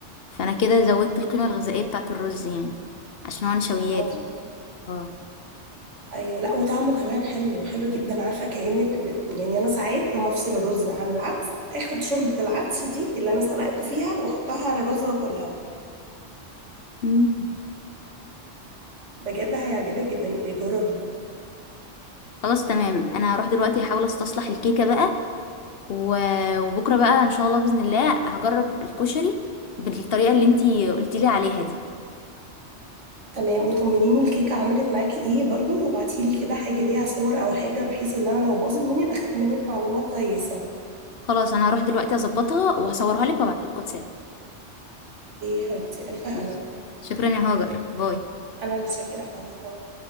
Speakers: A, on the left; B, on the right.
A: فانا كده زودت القيمه الغذائيه بتاعه الرز يعني عشان هو نشويات
B: مظبوط
A: يعني. اه
B: ايوه لا وطعمه كمان حلو حلو جدا عارفه كانك ب... يعني انا ساعات لما افصل الرز عن العدس اخد شوربه العدس دي اللي انا سلقته فيها واحطها على الرز واكلها
A: مم.
B: بجد هيعجبك جدا ابقي جربي
A: خلاص تمام انا هروح دلوقتي احاول استصلح الكيكه بقى و- وبكره بقى ان شاء الله باذن الله هجرب الكشري بالطريقه اللي انتي قلتي لي عليها دي
B: تمام وطمنيني الكيكه عملت معاكي ايه برضو وابعتيلي كده حاجه ليها صور او حاجه بحيث ان انا لو باظت مني ابقى خدت منك معلومه كويسه
A: خلاص انا هروح دلوقتي اظبطها وهصورها لك وابعتها لك واتساب
B: اوكي يا حبيبتي الف هنا
A: ماشي شكرا يا هاجر باي
B: انا اللي شاكره خالص بقى